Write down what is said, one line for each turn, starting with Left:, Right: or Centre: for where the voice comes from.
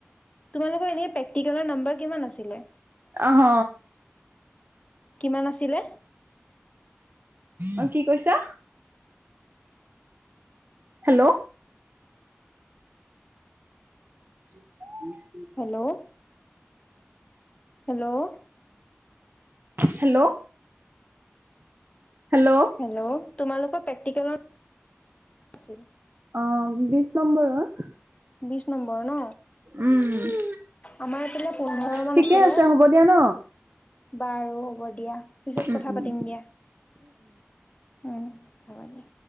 Left: তোমালোকৰ এনে প্ৰেক্টিকেলৰ নাম্বাৰ কিমান আছিলে?
Right: অহ।
Left: কিমান আছিলে?
Right: অ', কি কৈছা? Hello. <inaudible>
Left: Hello hello
Right: hello hello
Left: hello, তোমালোকৰ প্ৰেক্টিকেলৰ <inaudible> আছিল।
Right: অ', বিশ নম্বৰৰ
Left: বিশ নম্বৰৰ ন?
Right: উম
Left: আমাৰ এইফালে পোন্ধৰ মান
Right: ঠিকে
Left: আছিলে
Right: আছে হ'ব দিয়া ন
Left: বাৰু হ'ব দিয়া, পিছত
Right: উম
Left: কথা
Right: উম
Left: পাতিম দিয়া। উম। হব দিয়া।